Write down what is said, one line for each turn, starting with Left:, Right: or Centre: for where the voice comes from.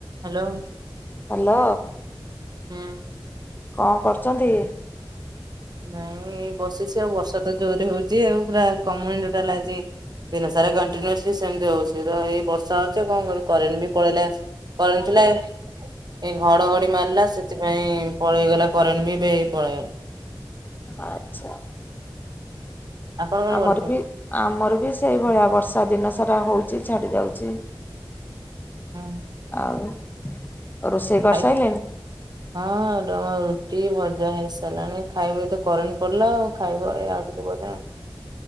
Right: Hello,
Left: hello
Right: ହୁଁ
Left: କଁ କରୁଚନ୍ତି?
Right: ନାଇଁ ଏଇ ବସିଚି ଆଉ ବର୍ଷା ତ ଜୋରେ ହଉଚି ଆଉ ପୁରା କମୁନି ଟୋଟାଲେ ଆଜି। ଦିନ ସାରା କଣ୍ଟିନୁସଲି ସେମିତି ହଉଚି ତ ଏଇ ବର୍ଷା ହଉଚି କଣ କରିବି କରେଣ୍ଟ ବି ପଳେଇଲା। କରେଣ୍ଟ୍ ନାଇଁ ଏଇ ଘଡଘଡି ମାରିଲା ସେଥିପାଇଁ ପଳେଇଗଲା, କରେଣ୍ଟ ବିପଳେଇଗଲା।
Left: ଆଚ୍ଛା।
Right: ଆପଣ କଣ
Left: ଆମର
Right: କରୁଛନ୍ତି?
Left: ବି ଆମର ବି ସେଇଭଳିଆ ବର୍ଷା ଦିନ ସାରା ହଉଚି ଛାଡି ଯାଉଚି।
Right: ହୁଁ।
Left: ଆଉ, ରୋଷେଇ କରିସାଇଲେଣି?
Right: ଖାଇ ହଁ ର-ରୁଟିଭଜା ହେଇସାରିଲାଣି, ଖାଇବେ ତ କରେଣ୍ଟ୍ ପଳେଇଲା ଖାଇବୁଏଆଉ ଟିକେ ପରେଆଉ।